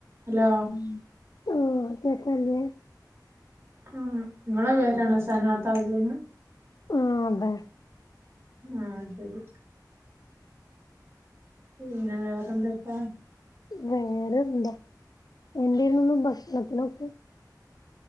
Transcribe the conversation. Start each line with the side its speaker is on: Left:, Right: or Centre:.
Right: Hello
Left: ഉം ഓ ചക്കല്ലേ
Right: ആഹ് ഇങ്ങളെ പേരാണോ സനാത്താജന്ന്
Left: ആഹ് അതെ
Right: ആ ശരി പിന്നെ വേറെന്തെക്കാ?
Left: വേറെ എന്താ? എന്തേരുന്നു ഭക്ഷണത്തിനൊക്കെ?